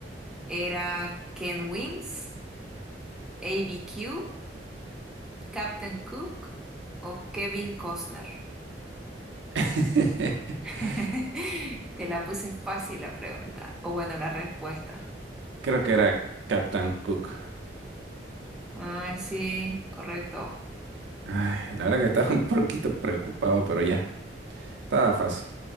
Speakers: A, in the centre; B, on the right.
A: ¿Era Ken Wins, ABQ, Captain Cook o Kevin Costner?
B: <laughs>
A: <laughs> Te la puse fácil la pregunta, o bueno, la respuesta.
B: Creo que era Captain Cook.
A: Ay, sí, correcto.
B: Ay, la verdad que estaba <laughs> un poquito preocupado, pero ya, estaba fácil.